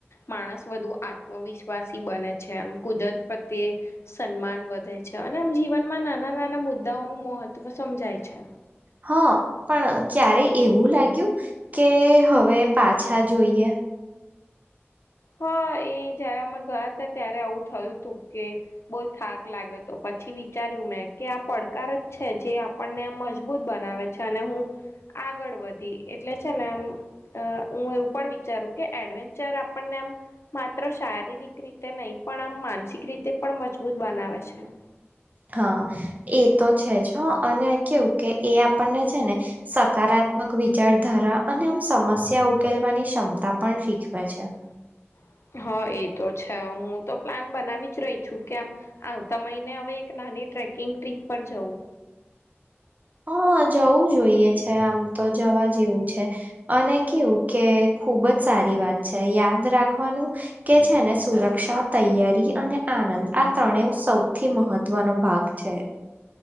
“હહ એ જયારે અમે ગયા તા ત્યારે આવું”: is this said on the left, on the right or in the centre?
Left